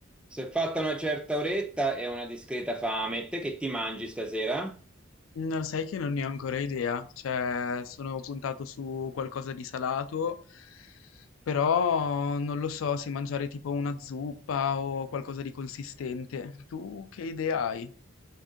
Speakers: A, in the centre; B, on the left.
A: Se è fatta una certa oretta e una discreta fame, te che ti mangi stasera?
B: No, sai che non ne ho ancora idea, cioè sono puntato su qualcosa di salato, però non lo so se mangiare tipo una zuppa o qualcosa di consistente. Tu che idea hai?